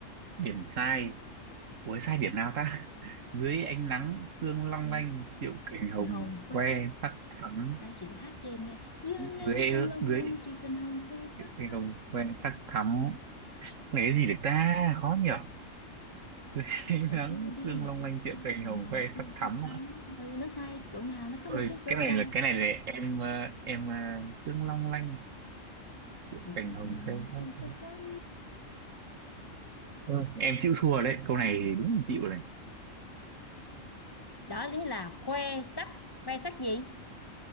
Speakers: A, on the right (about 75°); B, on the left (about 25°).
A: điểm sai ủa sai điểm nào ta <laughs> dưới ánh nắng sương long
B: đây
A: lanh triệu cành hồng
B: hồng khoe
A: que sắc thắm
B: đây chị sẽ hát cho em nghe dưới nắng
A: dưới
B: sương long
A: dưới
B: lanh triều cành hồng khoe sắc
A: cái
B: thắm
A: ông quen sắc thắm Này cái gì được ta khó nhở <laughs> thấy
B: hãy
A: nắng
B: thua đi
A: dương
B: hãy
A: long lanh diệu
B: thua
A: cành
B: nào
A: hồng khoe
B: quên
A: sắc
B: sắc
A: thắm
B: thắm
A: ạ
B: ừ nó sai chỗ nào nó có
A: Ôi,
B: một cái số
A: cái này
B: sai
A: là cái này là em ờ, em ờ, dương long lanh diệu
B: kiểu
A: cành
B: cái nào
A: hồng khoe sắc
B: quên sắc thắm
A: Ôi, em chịu thua đấy câu này thì đúng là chịu rồi này
B: đó lý là khoe sắc khoe sắc gì